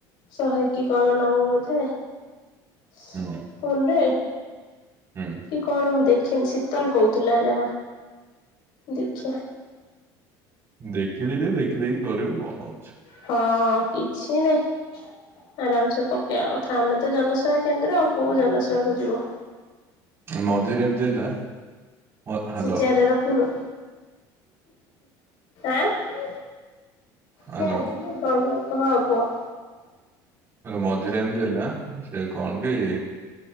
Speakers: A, on the left; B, on the right.
A: ଶହେଟି କଣ ନବ ବୋଧେ। ଫୋନରେ
B: ହୁଁ ହୁଁ
A: କି କଣ ମୁଁ ଦେଖି ଦେଖିନ ଶୀତଲ କହୁଥିଲା ଯାହା। ଦେଖିଆ।
B: ଦେଖିଲେ ବି ଦେଖିଦେଇକି କରିବୁ କଣ ହଉଛି।
A: ହଁ କିଛି ନାଇଁ ଆରାମ ସେ କ କଥା ଆମେ ତ ଜନସେବା କେନ୍ଦ୍ର। କୋଉ ଜନଶୁବାକୁ ଯିବ
B: ମଝିରେ ଏମିତି ହେଲା ହ୍ୟାଲୋ
A: ସେ ଚେୟାର ରେ ରଖୁନୁ ଆଁ?
B: ହ୍ୟାଲୋ
A: <unintelligible> ହଁ କୁହ।
B: ମଝିରେ ଏମିତି ହେଲା ସେ କଣ କି